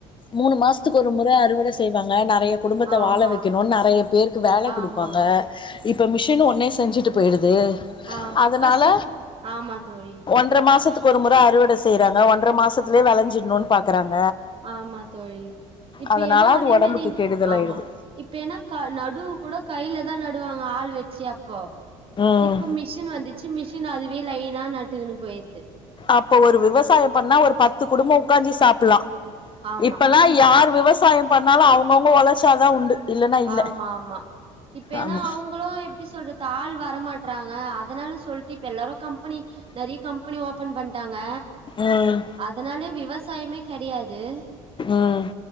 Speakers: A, on the left (about 35°); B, on the right (about 40°).
A: மூணு மாசத்துக்கு ஒரு முற அறுவட செய்வாங்க நெறைய குடும்பத்த
B: ஆமா
A: வாழ வைக்கணு நெறைய பேருக்கு வேல ல்ல
B: ஆமா
A: குடுப்பாங்க இப்ப மிஷினு ஒன்னே செஞ்சுட்டு போயிடு து
B: ஆ
A: அதனால
B: ஃபஸ்ட்லா ஆமா தோழி
A: ஒன்ற மாசத்துக் கொருமு ப்ப அறுவட செய்றாங்க ஒன்ற மாசத்லே வெளஞ்சிடணு பாக்கறாங்
B: ஆமா தோழி இப்ப
A: அதனால
B: ஏன்னா
A: அது
B: அதே
A: ஒடம்புக்கு
B: மேரி
A: கெடுதல்
B: ஆமா
A: ஆயிடுது
B: இப்ப ஏனா நடு கூட கையிலதா ந ட்டுவாங்க ஆள் வச்சு அப்போ
A: ம்
B: இப்போ மிஷின் வந்துச்சு மிஷின் அதுவே லைனா நட்டுக்கணு போயிர்து
A: அப்ப ஒரு விவசாய பண்ணா ஒரு பத்து குடும்ப உக்காந்தி சாப்லா
B: ஆமா
A: இப்பலா
B: இப்
A: யார் விவசாய பண்ண அதனால அவுங்கவுங்க ஒளச்சாதா உண்டு இல்லன்னா இல்ல
B: ஆமா ஆமா இப்ப எனா
A: ஆமா
B: அவங்களு எப்டி சொல்றது ஆள் வரமாட்றாங்க அதனால சொல்டு இப்ப எல்லாரு கம்பனி நெறய கம்பனி ஓபன் பண்ட்டாங்க
A: ம்
B: அதனால விவசாயமே கெடயாது
A: ம்